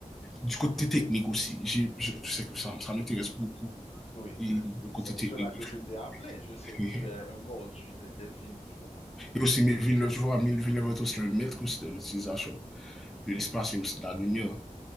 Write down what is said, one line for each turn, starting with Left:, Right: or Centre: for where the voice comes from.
Centre: du côté technique aussi, j'ai- je, je sais que ça, ça m'intéresse beaucoup,
Left: Oui,
Centre: et le côté
Left: c'est pour
Centre: technique
Left: cela que
Centre: du film.
Left: je t'ai appelé. Je sais
Centre: <laughs>
Left: que tu es un mordu de- des films, tu comprends?
Centre: Et aussi, mais Villeneuve, je vois, mais Villeneuve est aussi le maître aussi de l'utilisation de l'espace et aussi de la lumière.